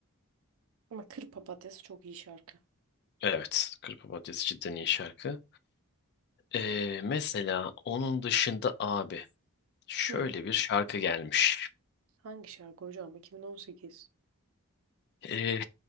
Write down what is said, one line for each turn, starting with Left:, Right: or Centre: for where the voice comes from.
Right: Ama Kır Papatyası çok iyi şarkı.
Left: Evet. Kır Papatyası cidden iyi şarkı. Ee, mesela onun dışında abi şöyle
Right: Hı.
Left: bir şarkı gelmiş.
Right: Hangi şarkı hocam? 2018.
Left: Ee,